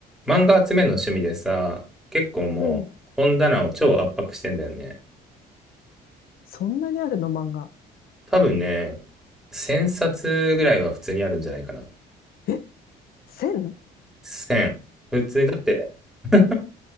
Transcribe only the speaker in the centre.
漫画集めるの趣味でさ、結構もう本棚を超圧迫してんだよね。
多分ね、1000冊ぐらいは普通にあるんじゃないかな。
1000。普通だって <laughs>